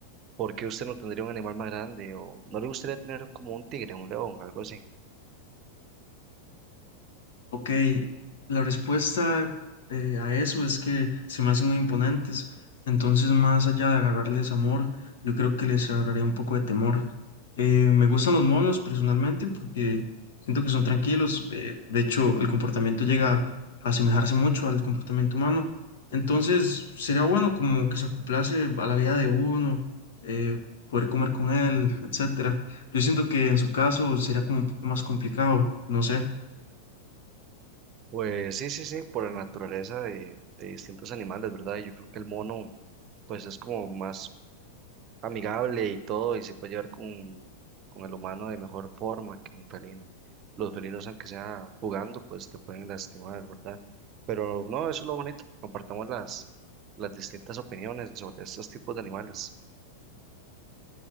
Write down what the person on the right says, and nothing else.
¿Por qué usted no tendría un animal más grande o no le gustaría tener como un tigre, un león, algo así?
Pues sí, sí, sí, por la naturaleza de, de distintos animales, ¿verdad? Yo creo que el mono, pues es como más amigable y todo y se puede llevar con, con el humano de mejor forma que un felino. Los felinos, aunque sea jugando, pues te pueden lastimar, ¿verdad? Pero no, eso es lo bonito, que compartamos las, las distintas opiniones sobre estos tipos de animales.